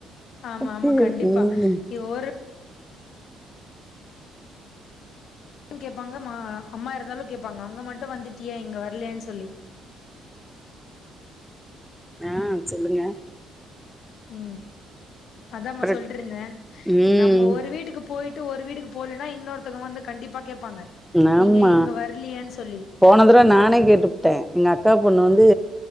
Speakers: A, on the left (about 50°); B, in the centre.
A: ஆமா
B: ஓகே
A: ஆமா கண்டிப்பா
B: ம்
A: இவ் ஒரு கேப்பாங்க மா அம்மா இருந்தாலு கேப்பாங்க அங்க மட்டு வந்துட்டியே இங்க வர்லன் சொல்லி
B: ஆ சொல்லுங்க
A: ம் அதமா
B: பிர
A: சொல்ட்ருந்த
B: ம்
A: நம்ம ஒரு வீட்டுக்கு போயிட்டு ஒரு வீடுக்கு போலன்னா இன்னொருத்தவுங்க வந்து கண்டிப்பா கேப்பாங்க
B: நாம்மா
A: நீங்க இங்க வரலையேன்னு சொல்லி
B: போன தடவ நானே கேட்டுப்புட்டேன் எங்க அக்கா பொண்ணு வந்து